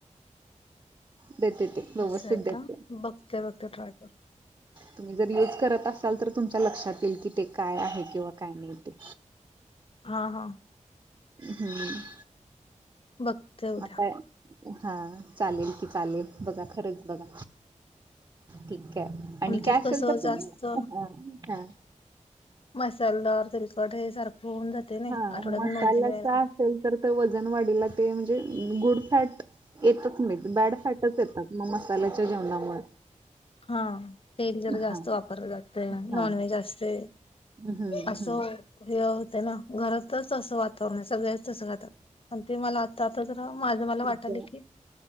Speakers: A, on the right; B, on the left.
A: देतेते व्यवस्थित
B: असं आहे का
A: देत.
B: बघते बघते ट्राय करू.
A: तुम्ही जर यूज करत असाल तर तुमच्या लक्षात येईल की ते काय आहे किंवा काय नव्हते.
B: हा हा
A: हम्म.
B: वक्तव
A: आता
B: द्या.
A: हा चालेल की चालेल बघा खरंच बघा ठीक आणि
B: आमच्यात
A: कॅ असेल
B: कसं
A: तर तुम्ही
B: जास्त
A: हा
B: मसालदार ते <unintelligible> हे सारखं होऊन जाते ना,
A: हा
B: आठवड्यातून
A: मसाल्याचा
B: दोन तीन वेळा.
A: असेल तर वजन वाढीला ते म्हणजे गुड फॅट येतच नाहीत बॅड फॅटच येतात. मग मसाल्यांच्या जेवणामुळे
B: हा तेल जरा जास्त
A: हा
B: वापरलं जातं
A: हा
B: नॉनव्हेज असते.
A: हम्म हम्म
B: आसो हे त्यांना घरातच असं वातावरण आहे. सगळच तसं <inaudible> आणि ते मला आता आता जरा मला
A: ठीक
B: वाटतं
A: आहे
B: <unintelligible> की